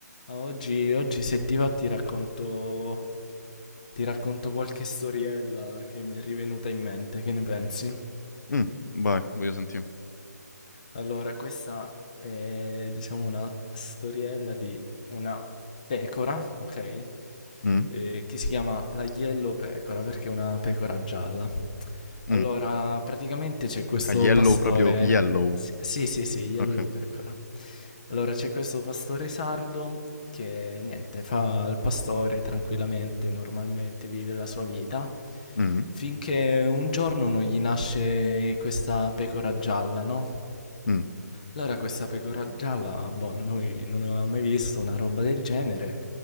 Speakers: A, on the left; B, on the left.
A: Ah, Oggi, oggi se ti va ti racconto, ti racconto qualche storiella che mi è rivenuta in mente, che ne pensi?
B: Mh, vai, voglio senti
A: Allora, questa è diciamo una storiella di una pecora, ok?
B: Mh,
A: Eh, che si chiama la Yellow Pecora perché è una pecora gialla.
B: mh.
A: Allora, praticamente c'è questo
B: A yellow
A: pastore.
B: proprio yellow?
A: s- Sì, sì, sì, Yellow
B: Okay.
A: Pecora. Allora, c'è questo pastore sardo che niente, fa il pastore tranquillamente, normalmente vive la sua vita,
B: Mh,
A: finché un giorno non gli nasce questa pecora gialla, no?
B: mh.
A: Allora, questa pecora gialla, boh, noi non avevamo mai visto una roba del genere,